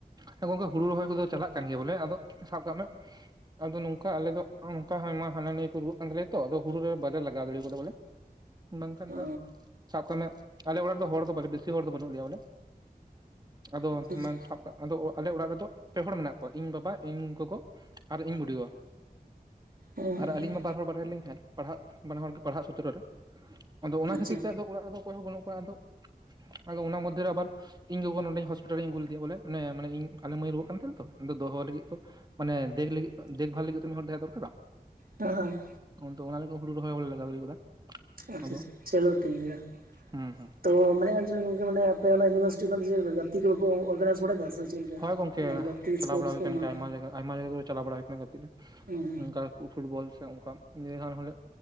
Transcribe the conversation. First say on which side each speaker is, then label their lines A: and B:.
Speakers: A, on the right (about 25°); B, on the right (about 65°).
A: ᱦᱮᱸ ᱜᱚᱝᱠᱮ ᱦᱩᱲᱩ ᱨᱚᱦᱚᱭ ᱠᱚᱫᱚ ᱪᱟᱞᱟᱜ ᱠᱟᱱ ᱜᱮᱭᱟ ᱵᱚᱞᱮ ᱟᱫᱚ ᱥᱟᱵ ᱠᱟᱜ ᱢᱮ ᱟᱫᱚ ᱱᱚᱝᱠᱟ ᱟᱞᱮ ᱫᱚ ᱱᱚᱝᱠᱟ ᱟᱭᱢᱟ ᱦᱟᱱᱟ ᱱᱤᱭᱟ. ᱠᱚ ᱨᱩᱣᱟᱹᱜ ᱠᱟᱱ ᱛᱟᱞᱮᱭᱟ ᱛᱚ ᱟᱫᱚ ᱦᱩᱲᱩ ᱨᱚᱦᱚᱭ ᱵᱟᱞᱮ ᱞᱟᱜᱟᱣ ᱫᱟᱲᱮ ᱠᱟᱫᱟ ᱵᱚᱞᱮ ᱵᱟᱝᱠᱷᱟᱱ
B: ᱚ
A: ᱫᱚ ᱥᱟᱵ ᱠᱟᱜ ᱢᱮ ᱟᱞᱮ ᱚᱲᱟᱜ ᱨᱮ ᱦᱚᱲ ᱫᱚ ᱵᱮᱥᱤ ᱦᱚᱲ ᱫᱚ ᱵᱟᱹᱱᱩᱜ ᱞᱮᱭᱟ ᱵᱚᱞᱮ ᱟᱫᱚ
B: ᱟᱪᱪᱷᱟ ᱟᱪᱪᱷᱟ
A: ᱢᱮᱱ ᱥᱟᱯ ᱟᱫᱚ ᱟᱞᱮ ᱚᱲᱟᱜ ᱨᱮᱫᱚ ᱯᱮ ᱦᱚᱲ ᱢᱮᱱᱟᱜ ᱠᱚᱣᱟ ᱤᱧ ᱵᱟᱵᱟ ᱤᱧ ᱜᱚᱜᱚ ᱟᱨ ᱤᱧ ᱵᱩᱰᱤ ᱜᱚ
B: ᱦᱩᱸ
A: ᱟᱨ ᱟᱹᱞᱤᱧ ᱢᱟ ᱵᱟᱨ ᱦᱚᱲ ᱵᱟᱨᱦᱮ ᱨᱮ ᱞᱤᱧ ᱛᱟᱦᱮᱸᱱ ᱯᱟᱲᱦᱟᱜ ᱵᱟᱱᱟ ᱦᱚᱲ ᱜᱮ ᱯᱟᱲᱦᱟᱜ ᱥᱩᱛᱨᱚ ᱨᱮ ᱾ ᱟᱫᱚ ᱚᱱᱟ
B: ᱟᱪᱪᱷᱟ
A: ᱠᱷᱟᱹᱛᱤᱨ ᱛᱮ ᱟᱫᱚ ᱚᱲᱟᱜ ᱨᱮᱫᱚ ᱚᱠᱚᱭ ᱦᱚᱸ ᱵᱟᱹᱱᱩᱜ ᱠᱚᱣᱟ ᱟᱫᱚ ᱟᱫᱚ ᱚᱱᱟ ᱢᱚᱫᱽᱫᱷᱮ ᱨᱮ ᱟᱵᱟᱨ ᱤᱧ ᱜᱚᱜᱚ ᱱᱚᱰᱮ ᱦᱚᱥᱯᱤᱴᱟᱞ ᱨᱤᱧ ᱟ. ᱜᱩ ᱞᱮᱫᱮᱭᱟ ᱵᱚᱞᱮ ᱚᱱᱮ ᱢᱟᱱᱮ ᱤᱧ ᱟᱞᱮ ᱢᱟᱹᱭ ᱮ ᱨᱩᱣᱟᱹᱜ ᱠᱟᱱ ᱛᱟᱦᱮᱸᱱ ᱛᱚ ᱟᱫᱚ ᱫᱚᱦᱚ ᱞᱟᱹᱜᱤᱫ ᱛᱚ ᱢᱟᱱᱮ ᱫᱮ ᱫᱮᱠ ᱵᱷᱟᱞ ᱞᱟᱹᱜᱤᱫ ᱛᱮᱢ ᱦᱚᱲ ᱛᱟᱦᱮᱸ ᱫᱚᱨᱠᱟᱨᱟ ᱾
B: ᱦᱮᱸ
A: ᱟᱫᱚ ᱚᱱᱟ ᱞᱟᱹᱜᱤᱫ ᱦᱩᱲᱩ ᱨᱚᱦᱚᱭ ᱵᱟᱞᱮ ᱞᱟᱜᱟᱣ ᱫᱟᱲᱮ ᱠᱟᱫᱟ
B: ᱟᱪᱪᱷᱟ
A: ᱟᱫᱚ
B: ᱟᱪᱪᱷᱟ ᱪᱚᱞᱳ ᱴᱷᱤᱠ ᱜᱮᱭᱟ ᱾
A: ᱦᱩᱸ ᱦᱩᱸ
B: ᱛᱚ ᱢᱮᱱᱮᱜ ᱟᱞᱤᱧ ᱜᱚᱝᱠᱮ ᱢᱟᱱᱮ ᱟᱯᱮ ᱚᱱᱟ ᱤᱭᱩᱱᱤᱵᱷᱟᱨᱥᱤᱴᱤ ᱠᱷᱚᱱ ᱡᱮ ᱜᱟᱛᱮ ᱠᱚ ᱵᱟᱠᱚ ᱚᱨᱜᱟᱱᱟᱭᱤᱡ ᱵᱟᱲᱟᱭᱮᱫ ᱥᱮ? ᱪᱮᱫ
A: ᱦᱳᱭ ᱜᱚᱝᱠᱮ
B: ᱞᱮᱠᱟ ᱜᱟᱛᱮ
A: ᱪᱟᱞᱟᱣ
B: ᱥᱯᱳᱨᱴᱥ
A: ᱵᱟᱲᱟ ᱦᱩᱭ
B: ᱠᱚ
A: ᱠᱟᱱ
B: ᱦᱩᱸ
A: ᱜᱮᱭᱟ ᱟᱭᱢᱟ ᱡᱟᱭᱜᱟ ᱟᱭᱢᱟ ᱡᱟᱭᱜᱟ ᱠᱚ ᱪᱟᱞᱟᱣ ᱵᱟᱲᱟ ᱦᱩᱭ ᱠᱟᱱᱟ ᱠᱟ. ᱴᱤᱡ ᱨᱮ
B: ᱦᱩᱸ
A: ᱱᱚᱝᱠᱟ ᱯᱷᱩᱴᱵᱚᱞ ᱥᱮ ᱚᱱᱠᱟ ᱱᱤᱨᱚᱱ ᱦᱚᱞᱮ